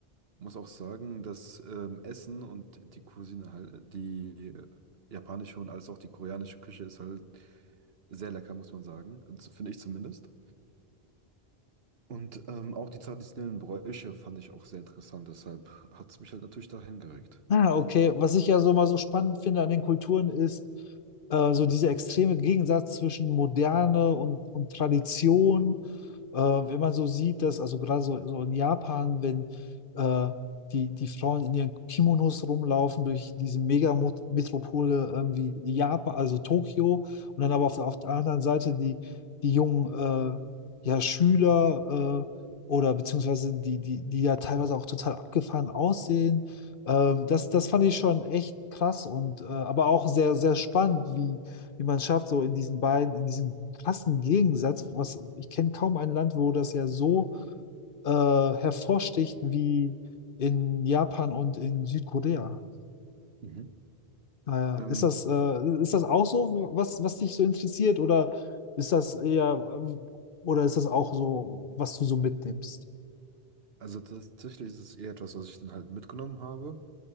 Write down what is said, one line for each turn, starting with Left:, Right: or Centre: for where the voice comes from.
Right: Muss auch sagen, dass ähm, Essen und die Cuisine halt, die japanische und als auch die koreanische Küche ist halt sehr lecker, muss man sagen. Also Finde ich zumindest. Und ähm, auch die traditionellen Bräuche fand ich auch sehr interessant. Deshalb hat es mich halt natürlich dahin geregt.
Left: Ah, okay. Was ich ja so mal so spannend finde an den Kulturen ist äh, so dieser extreme Gegensatz zwischen Moderne und, und Tradition. Äh, wenn man so sieht, dass also gerade so, so in Japan, wenn äh, die, die Frauen in ihren Kimonos rumlaufen durch diese Megametropole irgendwie Japan, also Tokio, und dann aber auf der, auf der anderen Seite die, die jungen äh, ja, Schüler äh, oder beziehungsweise die, die, die ja teilweise auch total abgefahren aussehen ähm, das, das fand ich schon echt krass und äh, aber auch sehr, sehr spannend, wie, wie man schafft, so in diesen beiden, in diesem krassen Gegensatz, was ich kenne kaum ein Land, wo das ja so äh, hervorsticht wie in Japan und in Südkorea.
Right: Mhm.
Left: Äh,
Right: Ähm,
Left: ist das, äh, ist das auch so, was, was dich so interessiert, oder ist das eher, ähm, oder ist das auch so, was du so mitnimmst?
Right: Also tatsächlich ist es eher etwas, was ich dann halt mitgenommen habe.